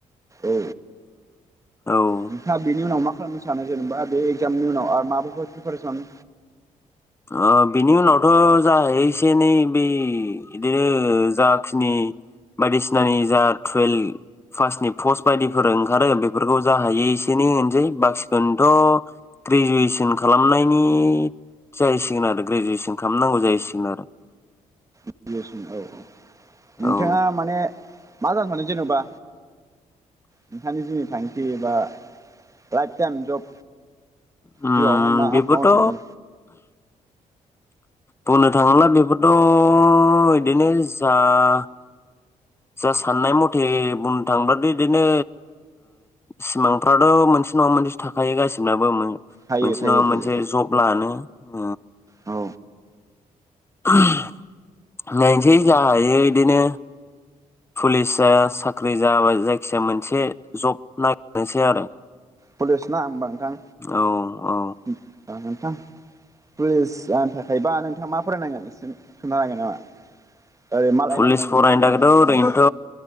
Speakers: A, on the right (about 20°); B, on the left (about 15°).
A: औ
B: औ
A: नोंथाङा बेनि उनाव मा खालामनो सानो जेनेबा बे एगजामनि उनाव आरो बाबाफोर प्रिपेचन
B: ओ बिनि उनावथ' जाहायो एसे एनै बे बिदो जाखिनि बायदिसिनानि जा टुवेल्भ पासनि पस्ट बायदिफोर ओंखारो बेफोरखौ जा हायै एसेनै होनसै बाखिखौनोथ' ग्रेजुवेसन खालामनायनि जाहैसिगोन आरो ग्रेजुवेसन खालामनांगौ जाहैसिगोन आरो।
A: औ औ नोंथाङा
B: औ
A: माने मा जानो सानो जेनेबा नोंथांनि जिवनि थांखि एबा लाइफ टाइम जब
B: उम
A: जिउआवहाय मा
B: बिफोरथ'
A: मावनो सानदों
B: बुंनो थाङोब्ला बेफोरथ', इदिनो जा <inaudible> जा साननाय मथे बुंनो थाङब्लाथ' बिदिनो सिमांफ्रानो मोनसे नङा मोनसे थाखायो गासिबोनाबो।
A: थायो
B: मोनसे
A: थायो
B: नङा
A: थायो
B: मोनसे जब लानो ओ
A: औ
B: <unintelligible> नायनोसै जाहयो बिदिनो पुलिस जा साख्रि जा बा जायखिजाया मोनसे जब नागिरनोसै आरो
A: पुलिस ना होमबा नोंथां
B: औ औ
A: <unintelligible> नोंथां पुलिस जानो थाखायबा नोंथाङा मा फरायनांगोन एसे खोन्थानो हागोन नामा? ओरै मा लाइनाव
B: पुलिस
A: फरायनांगोन
B: फरायनो
A: मा खालामनांगोन
B: थाखायाथ ओरैनोथ